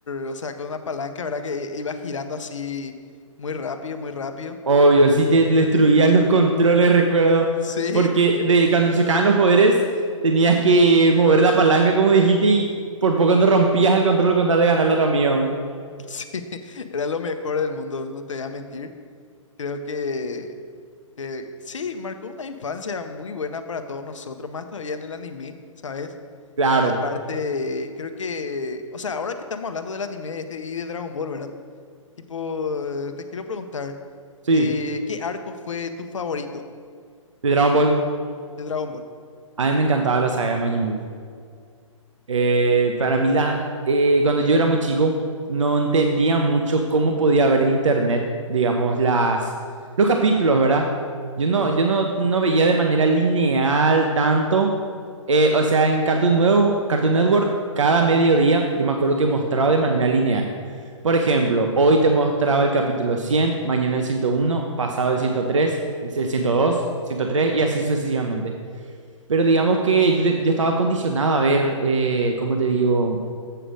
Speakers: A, on the left; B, on the right.
A: o sea, con una palanca, ¿verdad? Que iba girando así muy rápido, muy rápido.
B: Obvio, sí te destruías los controles, recuerdo.
A: Sí,
B: Porque de, cuando chocaban los poderes, tenías que mover la palanca, como dijiste, y por poco no rompías el control con tal de ganarle a tu amigo.
A: <laughs> sí, era lo mejor del mundo, no te voy a mentir. Creo que, que sí, marcó una infancia muy buena para todos nosotros, más todavía en el anime, ¿sabes?
B: Claro,
A: La parte, creo que, o sea, ahora que estamos hablando del anime este y de Dragon Ball, ¿verdad? Tipo, eh, te quiero preguntar,
B: sí.
A: eh, ¿qué arco fue tu favorito
B: De Dragon Ball.
A: de Dragon Ball?
B: A mí me encantaba la saga de Majin Buu. Eh, para mí, la, eh, cuando yo era muy chico, no entendía mucho cómo podía ver en internet, digamos, las, los capítulos, ¿verdad? Yo no,
A: Sí.
B: yo no, no veía de manera lineal tanto. Eh, o sea, en Cartoon, Nuevo, Cartoon Network, cada mediodía, yo me acuerdo que mostraba de manera lineal. Por ejemplo, hoy te mostraba el capítulo cien mañana el ciento uno pasado el 103, el ciento dos ciento tres y así sucesivamente. Pero digamos que yo, te- yo estaba condicionado a ver, eh, ¿cómo te digo?